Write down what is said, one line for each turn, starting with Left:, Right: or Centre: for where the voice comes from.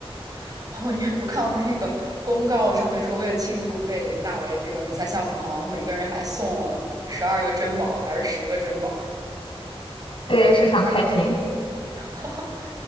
Right: <laughs> 哦，因为我看到那个公告上面说，为了庆祝被纳为这个比赛项目，好像每个人还送了十二个珍宝，还是十个珍宝。
Left: 对，非常开心
Right: <laughs>